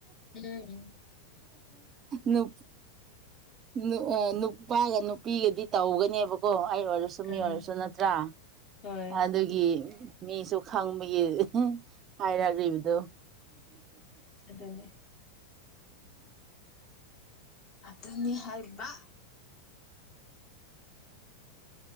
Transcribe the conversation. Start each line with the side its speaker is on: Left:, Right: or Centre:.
Left: ꯎꯝ
Right: ꯅꯨ ꯅꯨ ꯑ ꯅꯨꯄꯥꯒ ꯅꯨꯄꯤꯒꯗꯤ ꯇꯧꯒꯅꯦꯕꯀꯣ ꯑꯩ ꯑꯣꯏꯔꯁꯨ ꯁꯨ ꯃꯤ
Left: ꯎꯝ
Right: ꯑꯣꯏꯔꯁꯨ ꯅꯠꯇ꯭ꯔꯥ
Left: ꯍꯣꯏ
Right: ꯑꯗꯨꯒꯤ ꯃꯤꯁꯨ ꯈꯪꯕꯒꯤ ꯍꯥꯏꯔꯛꯔꯤꯕꯗꯨ
Left: ꯑꯗꯨꯅꯦ ꯑꯗꯨꯅꯤ ꯍꯥꯏꯕ